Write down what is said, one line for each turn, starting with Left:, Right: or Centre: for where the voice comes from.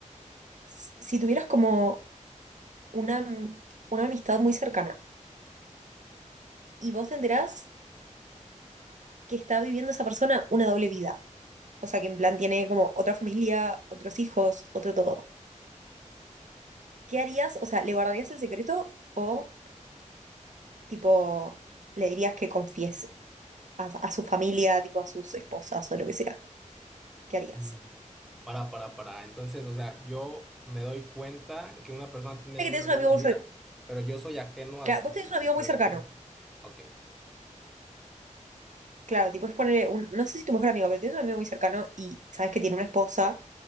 Right: s- si tuvieras como una, am- una amistad muy cercana y vos te enterás que está viviendo esa persona una doble vida. O sea, que en plan tiene como otra familia, otros hijos, otro todo. ¿Qué harías? O sea, ¿le guardarías el secreto o tipo le dirías que confiese a, a su familia, tipo a sus esposas o lo que sea? ¿Qué harías?
Centre: Mm, Para, para, para. Entonces, o sea, yo me doy cuenta que una persona tiene
Right: Sé
Centre: una
Right: que tenés
Centre: doble
Right: un amigo
Centre: vida, pero yo soy ajeno a
Right: Claro,
Centre: su
Right: vos tenés un amigo
Centre: relación.
Right: muy cercano.
Centre: Ok.
Right: Claro, tipo es ponerle un. No sé si tu mejor amigo, pero tienes un amigo muy cercano y sabes que tiene una esposa